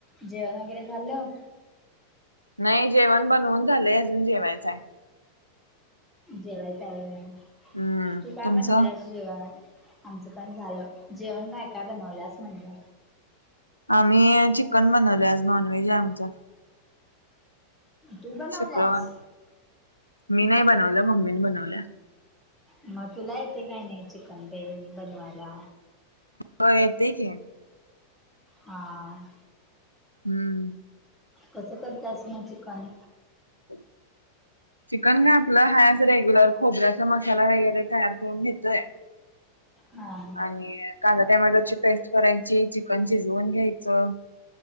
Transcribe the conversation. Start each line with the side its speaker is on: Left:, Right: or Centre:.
Centre: जेवण वगैरे झालं.
Left: नाही जेवण बनवून झालंय अजून जेवायचं हाय.
Centre: जेवायच आहे
Left: हम्म
Centre: तू काय
Left: तुमचं
Centre: बनवलंस. जेवण आमचं पण झालं जेवण काय काय बनवल्यास म्हणलं.
Left: आम्ही चिकन बनवले आज नॉनव्हेज आहे आमच्यात.
Centre: तू बनवल्यास
Left: शुक्रवार मी नाही बनवलं मम्मीने बनवल्या.
Centre: मग तुला येते काही नाही चिकन प बनवायला.
Left: होय येते की.
Centre: हां.
Left: हम्म.
Centre: कसं करतास म चिकन.
Left: हो. चिकन का आपलं हाय असं आज रेग्युलर खोबऱ्याचा मसाला वगैरे तयार करून घेतोय.
Centre: हा
Left: आणि कांदा टमॅटोची पेस्ट करायची चिकन शिजवून घ्यायचं.